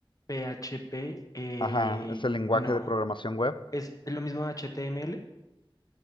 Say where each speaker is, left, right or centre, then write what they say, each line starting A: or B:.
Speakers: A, on the left; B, on the left.
A: PHP, eh,
B: Ajá, es el lenguaje
A: no.
B: de programación web.
A: ¿Es lo mismo de HTML?